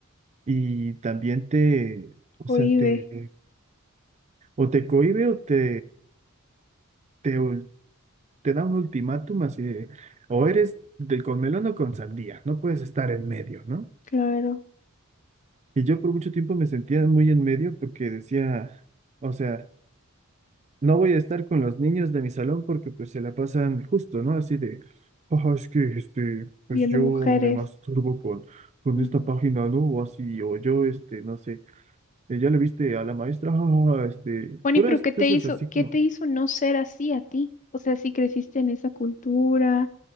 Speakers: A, on the right; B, on the left.
A: y también te, o
B: cohibe,
A: sea, te... O te cohíbe o te, te, ul- te da un ultimátum así de, o eres del con melón o con sandía, no puedes estar en medio, ¿no?
B: claro,
A: Y yo por mucho tiempo me sentía muy en medio porque decía, o sea, no voy a estar con los niños de mi salón porque pues se la pasan justo, ¿no? Así de, ah, es que este, pues
B: viendo
A: yo
B: mujeres.
A: me masturbo con, con
B: Ujú.
A: esta página, ¿no? O así, o yo, este, no sé, eh, ya le viste a la maestra, <laughs> Ah, este,
B: Juani,
A: puras
B: pero ¿qué te
A: cosas
B: hizo,
A: así
B: qué
A: como
B: te hizo no ser así a ti? O sea, si creciste en esa cultura